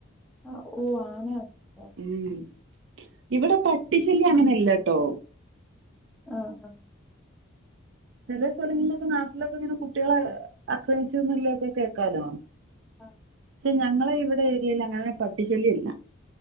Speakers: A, in the centre; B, on the right.
A: ആ ഓ ആന <unintelligible>
B: ഉം ഇവിടെ പട്ടി ശല്യ അങ്ങനെ ഇല്ലട്ടോ.
A: ആഹ് ആ.
B: ചില സ്ഥലങ്ങളിലൊക്കെ നാട്ടിലൊക്കെ ഇങ്ങനെ കുട്ടികളെ, ആക്രമിച്ചുന്നല്ല ഒക്കെ കേക്കാലോ.
A: ആ
B: പക്ഷെ ഞങ്ങളെ ഇവിടെ ഏരിയല് അങ്ങനെ പട്ടി ശല്യ ഇല്ല.